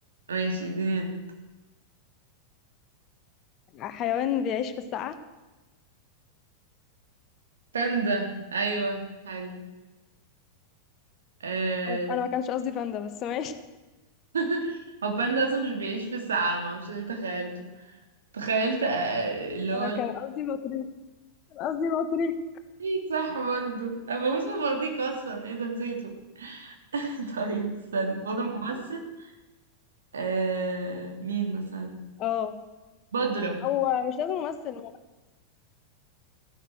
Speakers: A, on the right (about 65°); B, on the left (about 35°).
A: ماشي دين
B: حيوان بيعيش في السقعة
A: باندا ايوه حلو آه
B: أو- انا ما كانش قصدي باندا بس ماشي
A: <laughs> هو باندا اصلا مش بيعيش في الساعة معرفش ليه تخيلته تخيلت آه اللي
B: <laughs>
A: هو
B: أنا كان قصدي بطريق كان قصدي بطريق
A: ايه صح برضه انا بموت في البلطيق اصلا ايه ده نسيته <laughs> طيب استني فاضل ممثل آه مين مثلا
B: اه
A: بدرة
B: او مش لازم ممثل مغني.